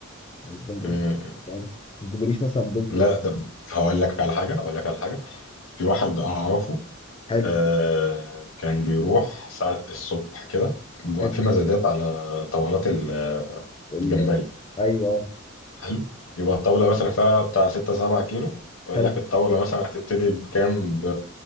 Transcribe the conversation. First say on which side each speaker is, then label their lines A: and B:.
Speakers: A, on the left; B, on the left.
A: عايز جمبري
B: مم،
A: وسبيط. ما تجيبوليش مثلا بولتي
B: لا ده هقول لك على حاجة هقول لك على حاجة في واحد أعرفه
A: حلو
B: آه، كان بيروح ساعة الصبح كده بيبقى
A: حلو
B: في مزادات على طاولات ال-
A: ال-
B: الجمبري
A: ايوه
B: حلو يبقى الطاولة مثلا فيها بتاع ستة سبعة كيلو يقول
A: حلو
B: لك الطاولة مثلا هتبتدي بكام ب